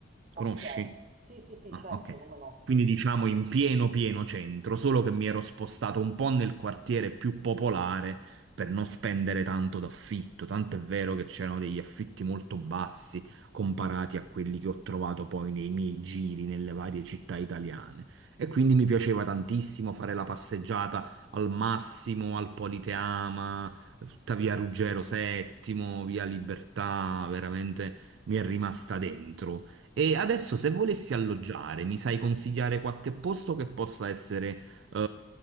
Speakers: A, on the right; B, on the right.
A: Conosci?
B: ok. Sì, sì, sì,
A: Ah,
B: certo,
A: ok.
B: come no.
A: Quindi diciamo in pieno pieno centro, solo che mi ero spostato un po' nel quartiere più popolare per non spendere tanto d'affitto, tanto è vero che c'erano degli affitti molto bassi comparati a quelli che ho trovato poi nei miei giri nelle varie città italiane. E quindi mi piaceva tantissimo fare la passeggiata al Massimo, al Politeama, tutta via Ruggero VII, via Libertà, veramente mi è rimasta dentro. E adesso se volessi alloggiare, mi sai consigliare qualche posto che possa essere eh,